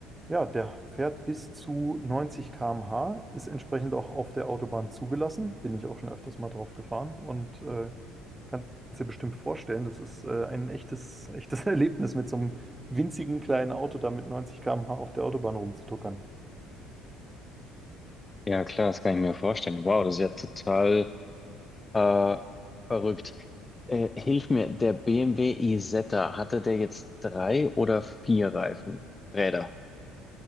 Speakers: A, on the right; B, on the left.
A: ja, der fährt bis zu 90 km/h, ist entsprechend auch auf der Autobahn zugelassen. Bin ich auch schon öfters mal drauf gefahren und äh, kannst dir bestimmt vorstellen, das ist äh, ein echtes, echtes <laughs> Erlebnis, mit so einem winzigen kleinen Auto da mit 90 km/h auf der Autobahn rumzutuckern.
B: Ja, klar, das kann ich mir vorstellen. Wow, das ist ja total äh, verrückt. Äh, hilf mir, der BMW iZeta, hatte der jetzt drei oder vier Reifen? Räder.